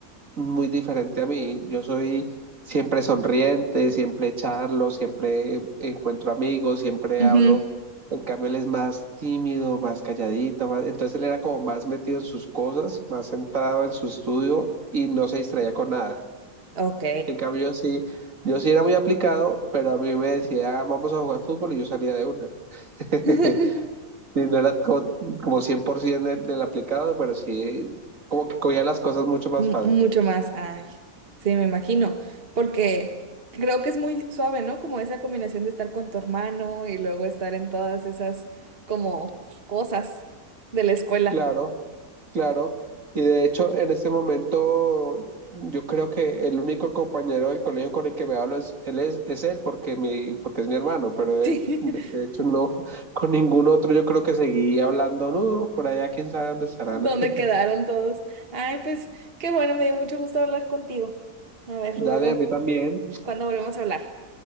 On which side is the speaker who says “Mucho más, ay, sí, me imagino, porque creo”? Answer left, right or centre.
Right